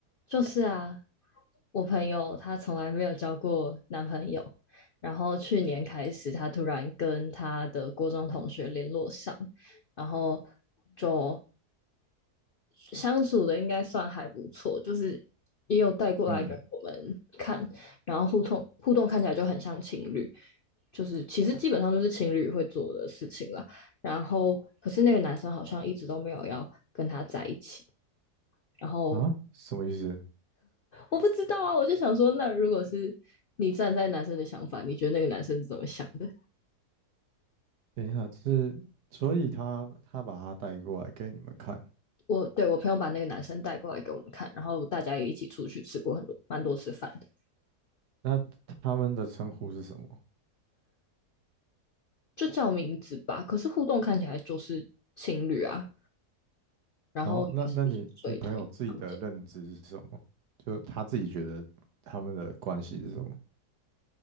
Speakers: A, on the left; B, on the right.
A: 就是啊，我朋友她从来没有交过男朋友，然后去年开始，她突然跟她的高中同学联络上，然后就相处的应该算还不错，就是也有带过来给我们看，
B: 嗯
A: 然后互动互动看起来就很像情侣，就是其实基本上就是情侣会做的事情啦。然后可是那个男生好像一直都没有要跟她在一起，然后
B: 啊，什么意思？
A: 我不知道啊，我就想说，那如果是你站在男生的想法，你觉得那个男生是怎么想的？
B: 等一下，是所以他他把他带过来给你们看，
A: 我对我朋友把那个男生带过来给我们看，然后大家也一起出去吃过很多蛮多次饭的，
B: 那他们的称呼是什么？
A: 就叫名字吧。可是互动看起来就是情侣啊，然后也是一起睡同一个房间。
B: 然后那那你你朋友自己的认知是什么？就他自己觉得他们的关系是什么？